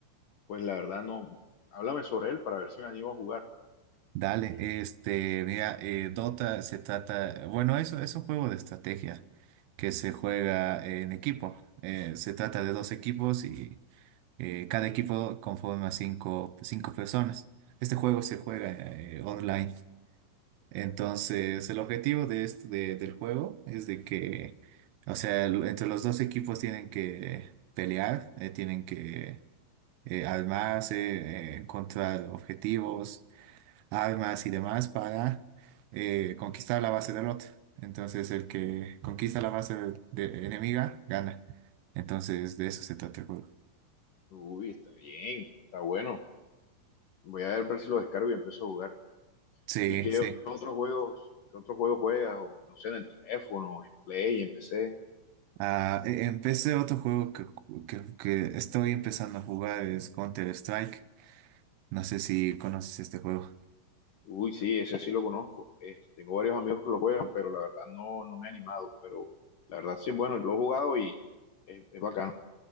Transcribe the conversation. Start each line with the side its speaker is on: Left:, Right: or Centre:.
Left: Pues la verdad no. Háblame sobre él para ver si me animo a jugar.
Right: Dale, este, mira, eh, Dota se trata, bueno, eso es un juego de estrategia que se juega en equipo. Eh, se trata de dos equipos y Eh, cada equipo conforma cinco, cinco personas. Este juego se juega eh, online. Entonces, el objetivo de esto, de- del juego es de que, o sea, el- entre los dos equipos tienen que pelear, eh, tienen que eh, armarse, eh, encontrar objetivos, armas y demás para eh, conquistar la base del otro. Entonces, el que conquista la base de- de enemiga gana. Entonces, de eso se trata el juego.
Left: Uy, está bien, está bueno. Voy a ver si lo descargo y empiezo a jugar.
Right: Sí,
Left: ¿Y qué
Right: sí.
Left: otros juegos, qué otros juegos juegas? O, no sé, en el teléfono, en Play, en PC.
Right: Ah, e- empecé otro juego que, que, que estoy empezando a jugar, es Counter-Strike. No sé si conoces este juego.
Left: Uy, sí, ese sí lo conozco. Este, tengo varios amigos que lo juegan, pero la verdad no, no me he animado. Pero la verdad sí, bueno, lo he jugado y es, es bacano.